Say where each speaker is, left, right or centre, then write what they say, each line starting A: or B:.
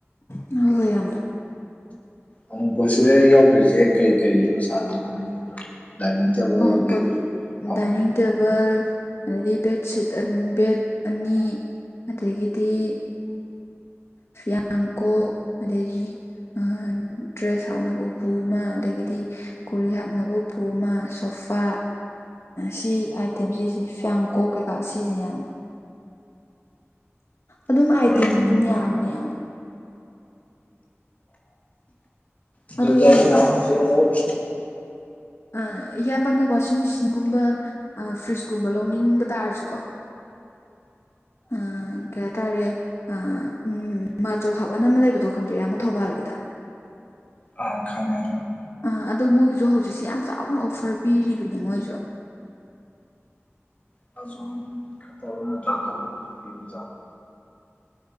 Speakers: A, on the left; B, on the left.
A: <unintelligible> ꯌꯥꯝꯅ
B: ꯑꯎꯟꯄꯣꯠꯁꯤꯗ ꯌꯥꯎꯗꯣꯏꯔꯤꯁꯦ ꯀꯔꯤ ꯀꯔꯤ <unintelligible> ꯗꯥꯏꯅꯤꯡ ꯇꯦꯕꯜ
A: ꯑꯎꯟꯄꯣꯠ
B: ꯑꯗꯒꯤ
A: ꯗꯥꯏꯅꯤꯡ
B: ꯐꯃꯨꯡ꯫
A: ꯇꯦꯕꯜ ꯑꯗꯒꯤ ꯕꯦꯠꯁꯤꯠ ꯕꯦꯠ ꯑꯅꯤ꯫ ꯑꯗꯒꯤꯗꯤ ꯐꯤꯌꯥꯡꯀꯣꯛ ꯑꯗꯒꯤ ꯑ ꯗ꯭ꯔꯦꯁ ꯍꯥꯞꯅꯕ ꯎꯄꯨ ꯑꯃ ꯑꯗꯒꯤꯗꯤ ꯀꯣꯂꯤꯛ ꯍꯥꯞꯅꯕ ꯎꯄꯨ ꯑꯃ꯫ ꯁꯣꯐꯥ ꯁꯤ ꯑꯥꯏꯇꯦꯝꯁꯤꯁꯦ ꯐ꯭ꯌꯥꯡ ꯀꯣꯛ ꯀꯩꯀꯥ ꯁꯤꯁꯦ ꯌꯥꯝ ꯑꯗꯨꯝ ꯑꯥꯏꯇꯦꯝꯗꯤ
B: ꯍꯣꯏ ꯑꯗꯨꯗꯤ
A: ꯑꯗꯨꯝ ꯌꯥꯝꯕꯅꯦ ꯌꯥꯝꯅ꯫
B: ꯑꯗꯨꯗ
A: ꯑꯗꯨ ꯏꯌꯥꯝꯕ
B: ꯍꯧꯖꯤꯛ ꯑꯃꯨꯛ
A: ꯑ ꯏꯌꯥꯝꯕꯅ ꯋꯥꯁꯤꯡ ꯃꯦꯁꯤꯟꯒꯨꯝꯕ ꯐ꯭ꯔꯤꯖꯀꯨꯝꯕ ꯂꯧꯅꯤꯡꯕ ꯇꯥꯔꯁꯨꯀꯣ꯫ ꯑ ꯀꯩ ꯍꯥꯏ ꯇꯥꯔꯦ ꯑ ꯎꯝ ꯃꯥꯖꯣ ꯍꯥꯞ ꯑꯅꯥ ꯑꯃ ꯂꯩꯕꯗꯣ ꯈꯪꯕ ꯏꯌꯥꯝꯕ ꯊꯧꯕꯥꯜꯒꯤꯗ꯫
B: ꯑ ꯈꯪꯉꯦ ꯑꯗꯨ꯫
A: ꯑꯥ ꯑꯗꯣ ꯃꯣꯏꯒꯤꯁꯨ ꯍꯧꯖꯤꯛꯁꯦ ꯌꯥꯝ ꯆꯥꯎꯅ ꯑꯣꯐꯔ ꯄꯤꯔꯤꯕꯅꯤ ꯃꯣꯏꯁꯨ꯫
B: ꯃꯥꯖꯣ ꯍꯥꯞ ꯈꯠꯇꯕ ꯅꯠꯇ꯭ꯔꯥ ꯑꯇꯣꯞꯄꯗꯁꯨ ꯄꯤꯗ ꯖꯥꯠꯂ꯫